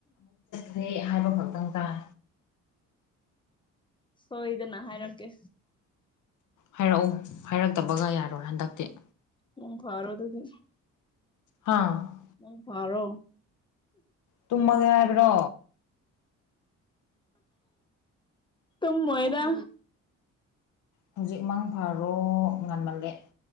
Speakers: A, on the left (about 75°); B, on the left (about 15°).
A: ꯐꯩ ꯍꯥꯏꯕ ꯈꯛꯇꯪ ꯇꯥꯏ
B: ꯁꯣꯏꯗꯅ ꯍꯥꯏꯔꯛꯀꯦ
A: ꯍꯥꯏꯔꯛꯎ ꯍꯥꯏꯔꯛꯇꯕꯒ ꯌꯥꯔꯣꯏ ꯍꯟꯗꯛꯇꯤ
B: ꯃꯪ ꯐꯔꯣ ꯑꯗꯨꯗꯤ
A: ꯍꯥꯥ
B: ꯃꯪ ꯐꯔꯣ
A: ꯇꯨꯝꯃꯒꯦ ꯍꯥꯏꯕ꯭ꯔꯣ
B: ꯇꯨꯝꯃꯣꯏꯗꯥ
A: ꯍꯧꯖꯤꯛ ꯃꯪ ꯐꯔꯣ ꯉꯟꯃꯜꯂꯦ